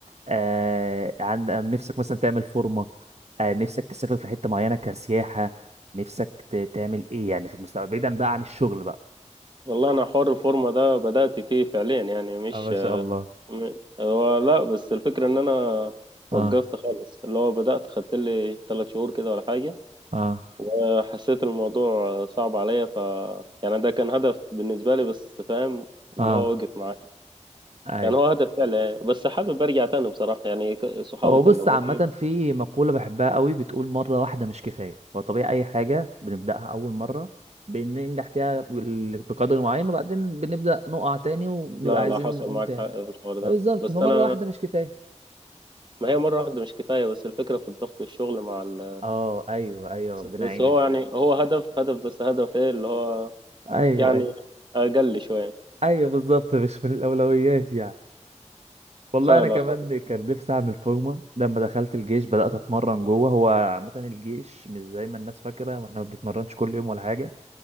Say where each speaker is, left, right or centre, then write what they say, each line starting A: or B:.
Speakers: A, on the right; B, on the right.
A: آه عند آه، نفسك مثلا تعمل فورمة آه نفسك تسافر في حتة معينة كسياحة نفسك ت- تعمل ايه يعني في المستقبل بعيدا بقى عن الشغل بقى
B: والله انا حوار الفورمه ده بدات فيه فعليا يعني مش
A: اه ما شاء الله
B: م- هو لا بس الفكره ان انا
A: اه
B: وقفت خالص اللي هو بدات خدت لي ثلاث شهور كده ولا حاجه
A: اه
B: وحسيت الموضوع صعب عليا ف يعني ده كان هدف بالنسبة لي بس فاهم اللي
A: اه
B: هو وقف معايا
A: اي
B: يعني هو هدف فعلا بس حابب ارجع تاني بصراحة يعني ك- صحابي
A: هو
B: كلموني
A: بص عامة في مقولة بحبها قوي بتقول مرة واحدة مش كفاية هو طبيعي أي حاجة بنبدأها أول مرة بننجح فيها بال- بقدر معين وبعدين بنبدأ نقع تاني وبنبقى
B: لا
A: عايزين
B: لا حصل
A: نقوم
B: معاك
A: تاني
B: حق في الحوار
A: بالظبط
B: ده بس
A: فمرة
B: انا
A: واحدة مش كفاية
B: ما هي مرة واحدة مش كفاية بس الفكرة في الضغط الشغل مع ال...
A: اه ايوه ايوه ربنا
B: بس
A: يعينك
B: هو
A: بجد
B: يعني هو هدف هدف بس هدف ايه اللي هو
A: ايوه
B: يعني
A: ايوه
B: اقل شوية
A: ايوه بالظبط مش من الاولويات يعني والله
B: لا
A: انا
B: لا
A: كمان
B: خالص
A: كان نفسي اعمل فورمه لما دخلت الجيش بدات اتمرن جوه هو عامه الجيش مش زي ما الناس فاكره واحنا ما بنتمرنش كل يوم ولا حاجه